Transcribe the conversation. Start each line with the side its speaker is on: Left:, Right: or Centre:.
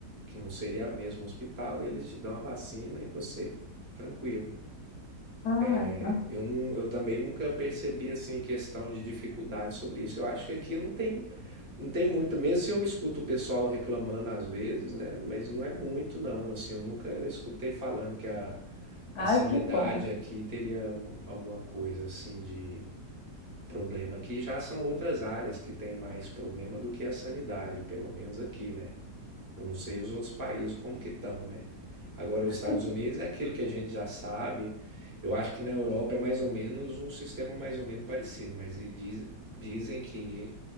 Right: que não seria mesmo hospital, eles te dão a vacina e você tranquilo.
Left: Ai,
Right: É,
Left: tran-
Right: eu, não, eu também nunca percebi assim questão de dificuldade sobre isso. Eu acho que aqui não tem não tem muito, mesmo se eu escuto o pessoal reclamando às vezes, né? Mas não é muito não, assim, eu nunca escutei falando que a, a
Left: ai,
Right: sanidade
Left: que bom.
Right: aqui teria alguma coisa assim de problema aqui. Já são outras áreas que tem mais problema do que a sanidade, pelo menos aqui, né? Eu não sei os outros países como que estão, né? Agora, os Estados
Left: Tu-
Right: Unidos é aquilo que a gente já sabe. Eu acho que na Europa é mais ou menos um sistema mais ou menos parecido, mas e diz- dizem que